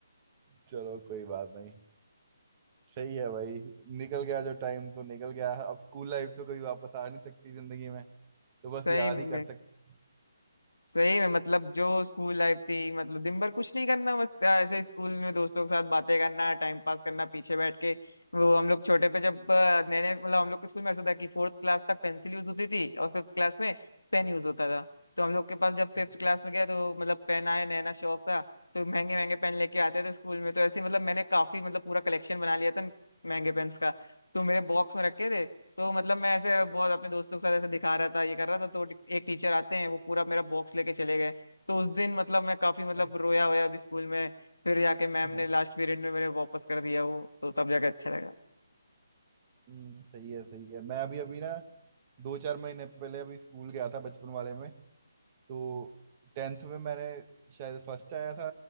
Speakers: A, on the right (about 25°); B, on the left (about 70°).
A: चलो कोई बात नहीं सही है भाई निकल गया जो टाइम तो निकल गया अब स्कूल लाइफ तो कभी वापस आ नहीं सकती जिंदगी में तो बस
B: सही
A: याद
B: में
A: ही कर सकते हैं।
B: सही में मतलब जो स्कूल लाइफ थी मतलब दिन भर कुछ नहीं करना बस ऐसे स्कूल में दोस्तों के साथ बातें करना टाइम पास करना पीछे बैठ के वो हम लोग छोटे पे जब अ, नए नए मतलब हम लोग के स्कूल में ऐसा था कि फोर्थ क्लास तक पेंसिल यूज होती थी और फिफ्थ क्लास में पेन यूज होता था तो हम लोग के पास जब फिफ्थ
A: अच्छा
B: क्लास में गया तो मतलब पेन आया नया नया शौक था तो महंगे महंगे पेन लेके आते थे स्कूल में तो ऐसे ही मतलब मैंने काफी मतलब पूरा कलेक्शन बना लिया था महंगे पेन्स का तो मेरे बॉक्स में रखे थे तो मतलब मैं ऐसे बहुत अपने दोस्तों के साथ ऐसे दिखा रहा था ये कर रहा था तो एक टीचर आते हैं वो पूरा मेरा बॉक्स लेके चले गए तो उस दिन मतलब मैं काफी मतलब
A: अच्छा।
B: रोया होया भी स्कूल में फिर जाके मैम
A: <laughs>
B: ने लास्ट पीरियड में मेरे वापस कर दिया वो तो तब जाके अच्छा लगा
A: हम्म सही है सही है मैं अभी अभी ना दो चार महीने पहले अभी स्कूल गया था बचपन वाले में तो टेंथ में मैंने शायद फर्स्ट आया था